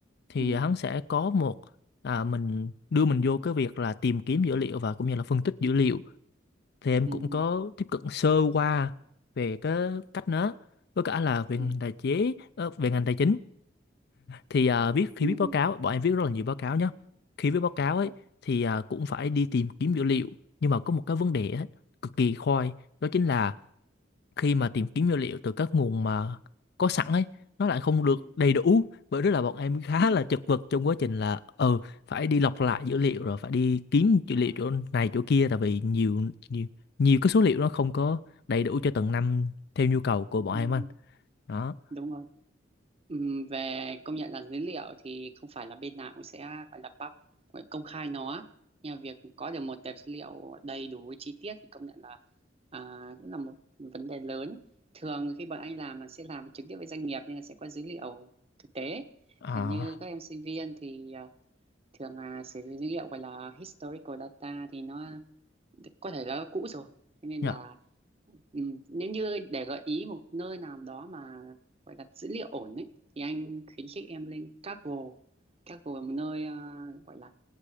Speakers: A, on the left; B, on the right.
A: thì
B: ừ
A: hắn sẽ có một à, mình đưa mình vô cái việc là tìm kiếm dữ liệu và cũng như là phân tích dữ liệu thì em
B: ừ
A: cũng có tiếp cận sơ qua về cái cách nó với cả là về
B: ừ
A: ngành tài chế ờ, về ngành tài chính thì à, viết khi
B: ừ
A: viết báo
B: ừ
A: cáo bọn em viết rất là nhiều báo cáo nhá khi viết báo cáo ấy
B: ừ
A: thì à, cũng phải đi tìm kiếm dữ liệu nhưng mà có một cái vấn đề ấy, cực kỳ khoai đó chính là khi mà tìm kiếm dữ liệu từ các nguồn mà có sẵn ấy nó lại không được
B: ừ
A: đầy đủ bởi đó là bọn em khá
B: ừ,
A: là chật vật trong quá trình là ừ phải đi lọc lại dữ liệu rồi phải đi kiếm dữ
B: à,
A: liệu chỗ này chỗ kia tại vì nhiều nhiều nhiều cái số liệu nó không có đầy đủ cho từng năm theo nhu cầu của bọn
B: ừ
A: em anh đó
B: đúng rồi Ừm, về công nhận là dữ liệu thì không phải là bên nào cũng sẽ gọi là pub gọi là công khai nó nhưng mà việc có được một tập dữ liệu đầy đủ với chi tiết thì công nhận là à, cũng là một vấn đề lớn thường khi bọn anh làm là sẽ làm trực tiếp với doanh nghiệp nên là sẽ có dữ liệu thực tế
A: à,
B: là như các em sinh viên thì à, thường là sử dụng dữ liệu gọi là historical data thì nó có thể là cũ rồi Thế nên
A: dạ.
B: là Ừ, nếu như để gợi ý một nơi nào đó mà gọi là dữ liệu ổn ấy thì anh khuyến khích em lên Kaggle. Kaggle là một nơi ờ, gọi là